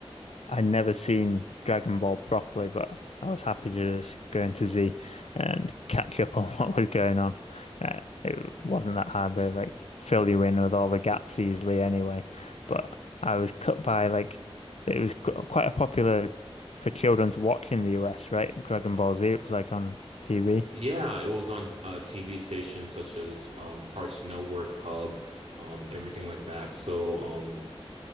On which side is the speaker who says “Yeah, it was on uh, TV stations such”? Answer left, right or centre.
Right